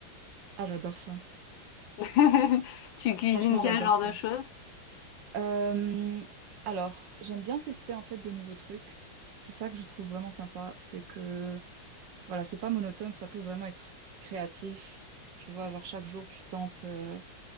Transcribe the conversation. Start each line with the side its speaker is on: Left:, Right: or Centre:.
Right: Ah, j'adore ça.
Left: <laughs> Tu cuisines
Right: Franchement, j'adore
Left: quel genre
Right: ça.
Left: de choses?
Right: Euh, alors, j'aime bien tester en fait de nouveaux trucs. C'est ça que je trouve vraiment sympa. C'est que, voilà, c'est pas monotone, ça peut vraiment être créatif. Tu vois, genre chaque jour, tu tentes, euh,